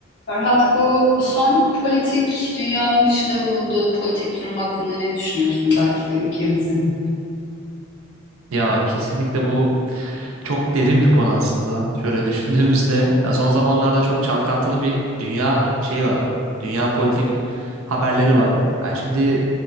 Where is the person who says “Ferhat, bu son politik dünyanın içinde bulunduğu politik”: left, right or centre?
Left